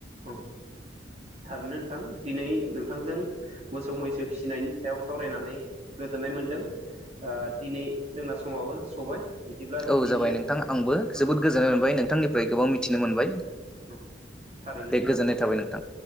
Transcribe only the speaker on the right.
औ थारैनो नोंथां दिनै नोंथांजों मोसौ मैसो फिसिनायनि सायाव सावरायनानै गोजोननाय मोनदों दिनै जोंना समाबो सबाय। बिदिब्ला दिनैनि
आयदाखौ
एसेयावनो
औ थारैनो
नोंथां